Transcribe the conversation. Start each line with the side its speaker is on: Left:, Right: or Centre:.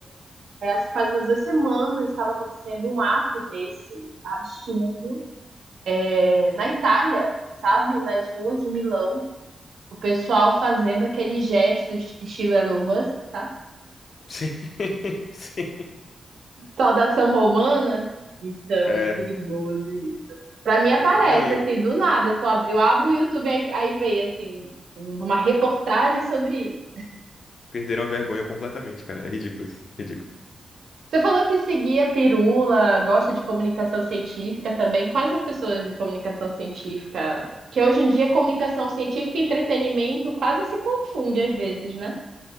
Right: É, acho que faz umas duas semanas estava acontecendo um ato desse absurdo é, na Itália, sabe? Nas ruas de Milão. O pessoal fazendo aqueles gestos estilo Elon Musk, sabe?
Left: <laughs> Sim, sim.
Right: Saudação romana. Então,
Left: É.
Right: perigoso isso. Pra mim aparece,
Left: Não, e eu.
Right: assim, do nada. Eu, tô ab- eu abro o YouTube, aí, aí vem, assim, um- uma reportagem sobre isso.
Left: Perderam a vergonha completamente, cara. É ridículo isso. Ridículo.
Right: Você falou que seguia pirula, gosta de comunicação científica também. Quais as pessoas de comunicação científica? Que hoje em dia comunicação científica e entretenimento quase se confunde às vezes, né?